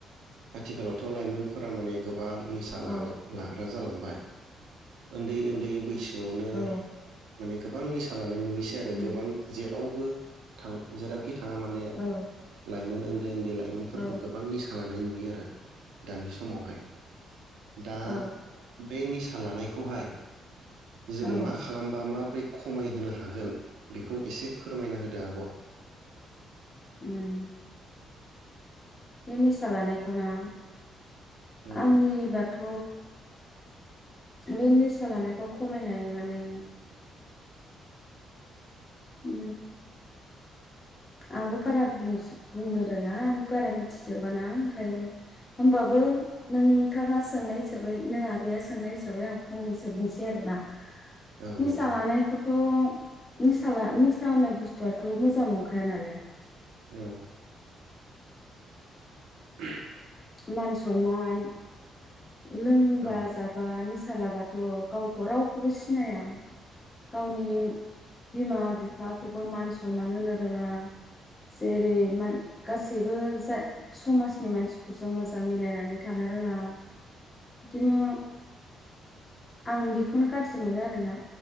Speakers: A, on the right; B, on the left.
A: आथिखालावथ लाइमोनफोरा माने गोबां निसा
B: औ
A: लाग्रा जालांबाय उन्दै उन्दै बैसो औनो
B: औ
A: माने गोबां निसा ला नाय नुयोसै आरो
B: उम
A: गोबां जे रावबो थां जेरा खि थाङा माने
B: औ
A: लाइ <unintelligible> उन्द उन्दै लाइमोनफोरखौ
B: औ
A: गोबां निसा लाना नुयो आरो। दानि समावहाय दा
B: औ
A: बे निसा लानायखौहाय जों
B: औ
A: मा खालामबा माब्रै खमायहोनो हागोन बेखौ एसे फोरमायना होदो आब'
B: उम बे निसा लानायखौना
A: औ
B: आंनि बाथ' बे निसा लानायखौ खमायनाय माने उम आंबो बारा बुंस-बुंनो रोङा बारा मिथिजोबाना ओमफाय होमबाबो नोंथाङा सोंनाय हिसाबै नों आगैया सोंनाय हिसाबै आं फंनैसो बुंसै आरोना
A: औ
B: निसा लानायखौथ' निसाला-निसा होननाय बुस्थुआथ' मोजां नं खाया नालाय
A: औ <inaudible>
B: मान सनमान लोंबा
A: औ
B: जाबा नि सा लाबाथ' गावखौ रावखौबो सिनाया। गावनि बिमा बिफाखौबो मान सनमान होनो रोङा जेरै मान गासैबो जा समाजनि मानसि फोरजों मोजां मिलायनानै थानो रोङा। बिदिनो आं बेखौनो गाज्रि मोनो आरोना